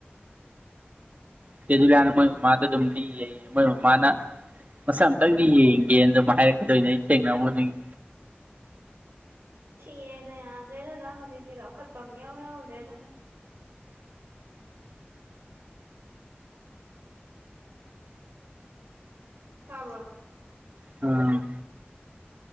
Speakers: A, on the right; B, on the right.
A: ꯆ‌ꯦ ꯗꯨꯏꯂꯅ ꯃꯣꯏ ꯃꯃꯥꯗ ꯑꯗꯨꯝ ꯂꯤꯌ‌ꯦꯌ‌ꯦ ꯃꯣꯏ ꯃꯃꯥꯅ ꯃꯁꯛ ꯑꯝꯇꯪꯗꯤ ꯌꯦꯡꯒꯦꯅ ꯑꯗꯨꯝ ꯍꯥꯏꯔꯛꯀꯗꯣꯏꯅꯦ ꯑꯩ ꯊꯦꯡꯅꯕ‌ ꯈꯨꯗꯤꯡꯒꯤ
B: ꯊꯤꯔꯦꯗ ꯌꯥꯗ꯭ꯔꯦꯗꯗꯥ ꯍꯧꯖꯤꯛꯇꯤ ꯂꯧꯈꯠꯄ ꯑꯃ ꯌꯥꯎ ꯌꯥꯎꯗ꯭ꯔꯦꯗ ꯇꯥꯕ꯭ꯔꯣ
A: ꯎꯝ